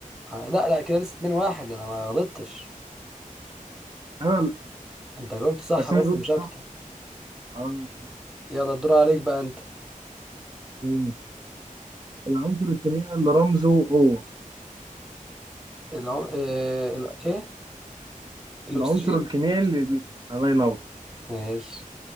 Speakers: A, in the centre; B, on the right.
A: آه، لا لا كده لسه 2-1 انا ما غلطتش
B: أنا
A: انت جاوبت صح
B: بس
A: بس
B: أنا جبت
A: مش
B: صح
A: اكتر
B: آه.
A: يلا الدور عليك بقى انت
B: مم. العنصر الكيميائي اللي رمزه O
A: العم... ايه, ال... إيه؟ الاكسجين
B: العنصر الكيميائي اللي بي... الله ينور
A: ماشي